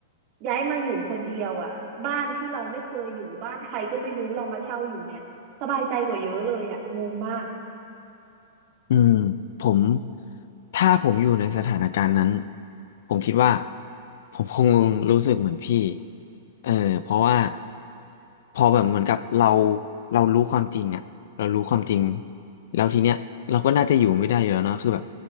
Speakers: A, on the right; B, on the left.
A: ย้ายมาอยู่คนเดียวอ่ะบ้านที่เราไม่เคยอยู่บ้านใครก็ไม่รู้เรามาเช่าอยู่เนี่ยสบายใจกว่าเยอะเลยอ่ะงงมาก
B: อืมผมถ้าผมอยู่ในสถานการณ์นั้นผมคิดว่าผมคงรู้สึกเหมือนพี่เออเพราะว่าพอแบบเหมือนกับเราเรารู้ความจริงอะเรารู้ความจริงแล้วทีเนี้ยเราก็น่าจะอยู่ไม่ได้อยู่แล้วเนาะคือแบบ